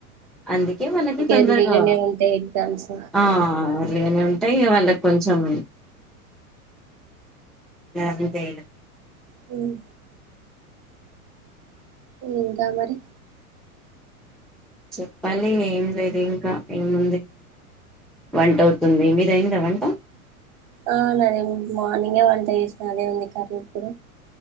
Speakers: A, in the centre; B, on the right.
A: అందుకే వాళ్ళకి తొందరగా
B: ఎర్లీగానే ఉంటాయి ఎగ్జామ్స్
A: ఆ ఎర్లీగనే ఉంటయి వాళ్ళకి కొం చం <unintelligible>
B: మ్ ఇంకా మరి
A: చెప్పాలి ఏం లేదు ఇంకా ఏముంది వంట అవుతుంది. మీది అయ్యిందా వంట?
B: ఆ మాదీ మార్నింగే వంట చేసిన అదే ఉంది కర్రీ ఇప్పుడు.